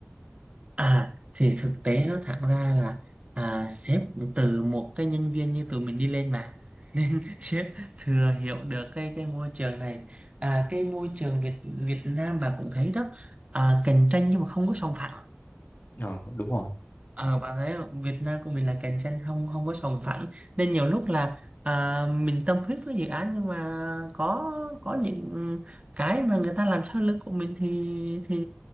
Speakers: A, on the right; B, on the left.
A: à thì thực tế nó thẳng ra là à, sếp từ một cái nhân viên như tụi mình đi lên mà nên <laughs> sếp thừa hiểu được cái cái môi trường này à, cái môi trường Việt Việt Nam bà cũng thấy đó à, cạnh tranh nhưng mà không có sòng phẳng
B: Ờ đúng rồi.
A: Ờ, bạn thấy không Việt Nam của mình là cạnh tranh không không có sòng phẳng nên nhiều lúc là à, mình tâm huyết với dự án nhưng mà có có những cái mà người ta làm sau lưng của mình thì thì